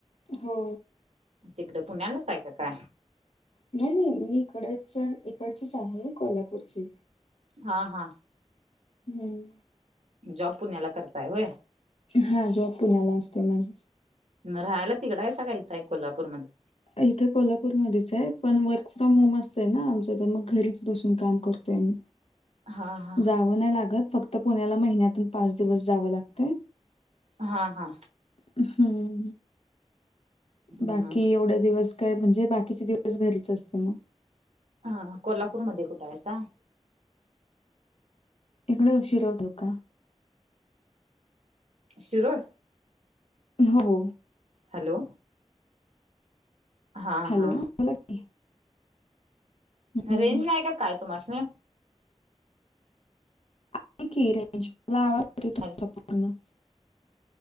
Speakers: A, on the left; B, on the right.
A: हो.
B: तिकडं पुण्यालाच हाय का काय?
A: नाही नाही मी इकडच इकडचीच आहे कोल्हापूरची.
B: हा हा.
A: हम्म.
B: जॉब पुण्याला करताय होय?
A: हा जॉब पुण्याला असतोय माझ.
B: मग राहायला तिकड आहे साग का इथे कोल्हापूरमध्ये
A: इथे कोल्हापूरमध्येच आहे पण वर्क फ्रॉम होम असतंय ना आमचं तर मग घरीच बसून काम करतोय मी
B: हा हा
A: जावं नाही लागत फक्त पुण्याला महिन्यातून पाच दिवस जावं लागत
B: हा हा
A: हम्म बाकी
B: मग
A: एवढ्या दिवस काय म्हणजे बाकीचे दिवस घरीच असते मग
B: हा कोल्हापूरमध्ये कुठे आहेसा
A: इकडे <unintelligible> का
B: शिरोळ
A: हो
B: हॅलो हा
A: हॅलो
B: हा
A: बोला की हम्म.
B: रेंज नाही का काय तुमास्नी
A: आहे की रेंज मला आवाज <unintelligible>
B: हॅलो
A: <inaudible>